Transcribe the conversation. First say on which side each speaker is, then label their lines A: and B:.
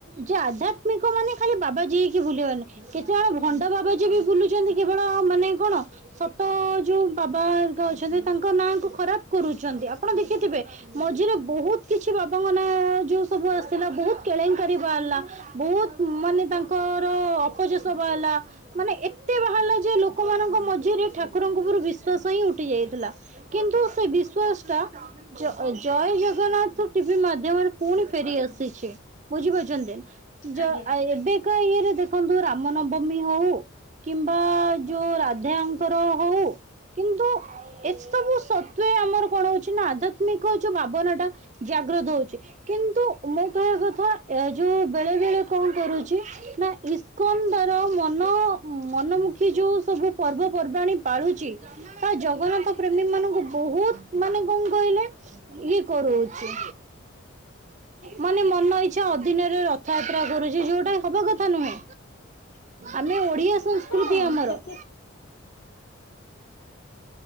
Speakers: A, on the right; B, on the left.
A: ଯେ ଆଧ୍ୟାତ୍ମିକ ମାନେ ଖାଲି ବାବାଜୀ ହେଇକି ବୁଲିିବା ନୁହେଁ କେତେଜଣ ଭ ଭଣ୍ଡ ବାବାଜୀ ବି ବୁଲୁଛନ୍ତି କେବଳ ମାନେ କଣ ସତ ଯଉ ବାବା ଙ୍କ ଅଛନ୍ତି ତାଙ୍କ ନାଁ କୁ ଖରାପ୍ କରୁଚନ୍ତି ଆପଣ ଦେଖିଥିବେ ମଝିରେ ବହୁତ୍ କିଛି ବାବାଙ୍କ ନାଁ ଯୋଉ ସବୁ ଆସିଲା ବହୁତ କେଳେଙ୍କାରୀ ବାହାରିଲା ବହୁତ ମାନେ ତାଙ୍କର ଅପଯଶ ବାହାରିଲା ମାନେ ଏତେ ବାହାରିଲା ଯେ ଲୋକମାନଙ୍କ ମଝିରେ ଠାକୁରଙ୍କ ଉପୁରୁ ବିଶ୍ଵାସ ହିଁ ଉଠି ଯାଇଥିଲା। କିନ୍ତୁ ସେ ବିଶ୍ଵାସ ଟା ଜ-ଜୟ ଜଗନ୍ନାଥ ଟିଭି ମା ମାଧ୍ୟମରେ ପୁଣି ଫେରି ଆସିଚି ବୁଝିପାରୁଚନ୍ତି ଜ-ଆ-
B: ଆଜ୍ଞା
A: ଏବେ କା ଇଏରେ ଦେଖନ୍ତୁ ରାମ ନବମୀ ହଉ କିମ୍ବା ଯଉ ରାଜାଙ୍କର ହଉ କିନ୍ତୁ ଏସବୁ ସତ୍ତ୍ୱେ ଆମର କଣ ହଉଚି ନା ଆଧ୍ୟାତ୍ମିକ ଯଉ ଭାବନା ଟା ଜାଗ୍ରତ ହଉଚି। କିନ୍ତୁ ମୁଁ କହିବା କଥା ଏ ଯଉ ବେଳେ ବେଳେ କଣ କରୁଚି ନା ଇସ୍କନ୍ ଧରମ୍ ମନ -ମନମୁଖୀ ଯଉ ସବୁ ପର୍ବପର୍ବାଣୀ ପାଳୁଚି ତା ଜଗନ୍ନାଥ ପ୍ରେମୀ ମାନଙ୍କୁ ବହୁତ୍ ମାନେ କଣ କହିଲେ ଇଏ କରଉଚି।
B: ହ <inaudible>
A: ମାନେ ମନ ଇଚ୍ଛା ଅଧିନରେ ରଥଯାତ୍ରା କରୁଚି ଯଉଟା ହବା କଥା ନୁହେଁ।
B: <inaudible>
A: ଆମେ ଓଡ଼ିଆ ସଂସ୍କୃତି
B: ହଁ
A: ଆମର।
B: ସେଥି
A: <inaudible>